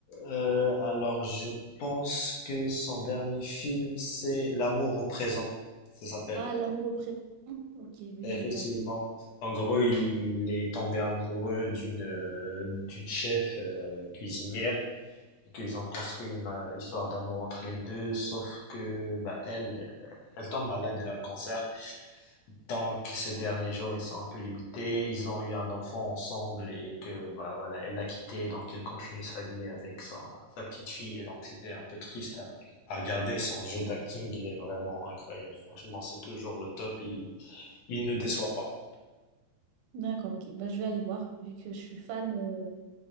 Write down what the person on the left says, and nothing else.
euh, alors je pense que son dernier film c'est L'amour au présent, ça s'appelle.
Et
Effectivement.
En gros, il est tombé amoureux d'une euh, d'une chef euh, cuisinière et qu'ils ont construit une euh, histoire d'amour entre les deux, sauf que bah elle elle tombe malade, elle a le cancer. Donc, ces derniers jours, ils sont un peu limités. Ils ont eu un enfant ensemble et que, bah voilà, elle l'a quitté, donc elle continue sa vie avec sa, sa petite fille. Et donc, c'était un peu triste à, à regarder. Son jeu d'acting, il est vraiment incroyable. Franchement, c'est toujours le top. Il, il ne déçoit pas.